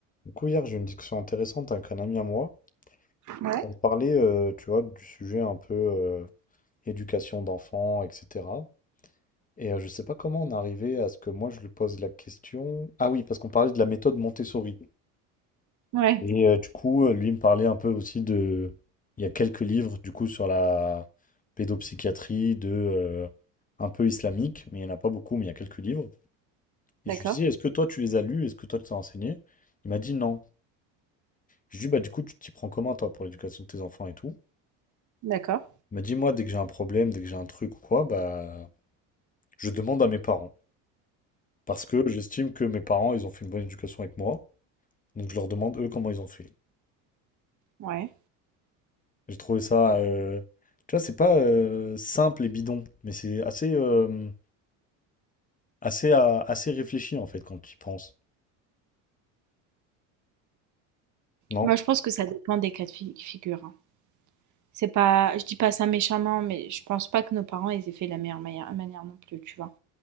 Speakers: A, on the left; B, on the right.
A: Du coup, hier, j'ai eu une discussion intéressante avec un ami à moi.
B: Ouais,
A: On parlait, euh, tu vois, du sujet un peu euh, éducation d'enfants, etc. Et euh, je sais pas comment on est arrivé à ce que moi, je lui pose la question. Ah oui, parce qu'on parlait de la méthode Montessori.
B: ouais,
A: Et euh, du coup, euh, lui il me parlait un peu aussi de... Il y a quelques livres, du coup, sur la pédopsychiatrie, de... euh, un peu islamique, mais il n'y en a pas beaucoup, mais il y a quelques livres. Et
B: d'accord,
A: je lui dis, est-ce que toi, tu les as lus? Est-ce que toi, tu t'es renseigné? Il m'a dit non. Je lui dis, bah, du coup, tu t'y prends comment, toi, pour l'éducation de tes enfants et tout?
B: d'accord,
A: m'a dit, moi, dès que j'ai un problème, dès que j'ai un truc ou quoi, bah, je demande à mes parents. Parce que j'estime que mes parents, ils ont fait une bonne éducation avec moi. Donc, je leur demande, eux, comment ils ont fait.
B: ouais.
A: J'ai trouvé ça, euh, tu vois, c'est pas euh, simple et bidon, mais c'est assez, euh, assez, euh, assez réfléchi, en fait, quand tu y penses. Non?
B: Moi, je pense que ça dépend des cas de fi- figure. hein. C'est pas, je dis pas ça méchamment, mais je pense pas que nos parents ils aient fait de la meilleure manière, manière non plus, tu vois.